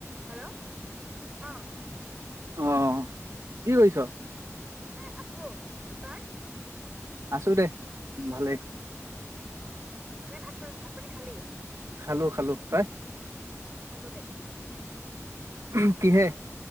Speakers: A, on the right; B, on the right.
A: Hello কক
B: অ কি কৰিছ?
A: এ আছো তই?
B: আছো দে ভালেই।
A: অ', এনেই ভাত চাত ভাত পানী খালি?
B: খালো খালো তই?
A: খালো দে।
B: উম কিহে